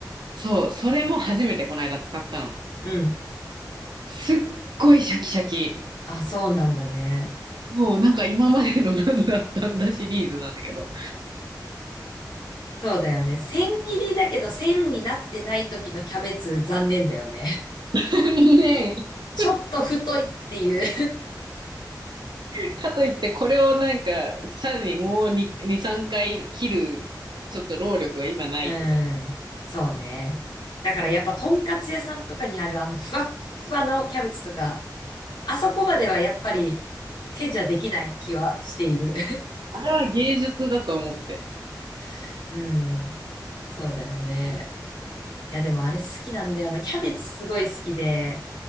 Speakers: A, on the right; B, on the left.
A: そう、それも初めてこの間使ったの。
B: うん。
A: すっごいシャキシャキ。
B: あ、そうなんだね。
A: もうなんか今までのなんだったんだシリーズなんだけど。
B: そうだよね。千切りだけど千になってない時のキャベツ残念だよね。<laughs>
A: <laughs> ねえ。
B: ちょっと太いっていう
A: <laughs> かといってこれをなんか、さらにもう2、2、3回切る、ちょっと労力は今ないとか。
B: <laughs> うん。そうね。だからやっぱとんかつ屋さんとかにあるあのふわっふわのキャベツとか、あそこまではやっぱり手じゃできない気はしている。
A: あれは芸術だと思って。
B: <laughs> うん。そうだよね。いやでもあれ好きなんだよな。キャベツすごい好きで。